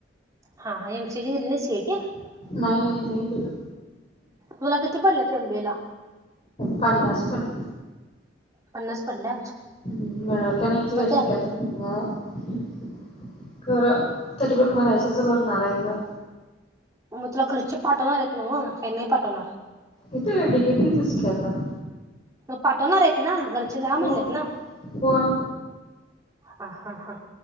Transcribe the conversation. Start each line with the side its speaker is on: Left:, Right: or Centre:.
Right: हा हा एम सि ह सेट <unintelligible>
Left: नाही, नाही, नाही दिल.
Right: तुला किती पडले एम बी ए ला?
Left: पन्नासपट.
Right: पन्नास पडल्यात.
Left: मिळल का नाहीची
Right: मग
Left: का
Right: त्या
Left: शक्यता नाही आहे. खर तरी पण भरायचं असं भरणार आहे ग.
Right: मग तुला घरचे पाठवणार आहेत ना व काही नाही पाठवणार?
Left: इथे ग टिकेट तथ च की आता
Right: मग पाठवणार आहेत ना! घरचे हा म्हणटलेत
Left: हो
Right: ना!
Left: होय
Right: ह हा हा